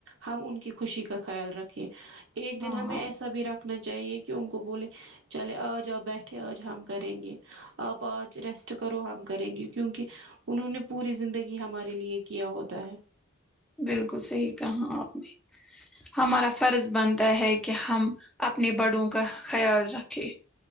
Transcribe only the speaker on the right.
ہم ان کی خوشی کا خیال رکھیں ایک دن
ہمیں ایسا بھی رکھنا چاہیے کہ ان کو بولے چلے آج آپ بیٹھے آج ہم کریں گے آپ آج ریسٹ کرو ہم کریں گے کیو کی انہوں نے پوری زندگی ہمارے لیے کیا ہوتا ہے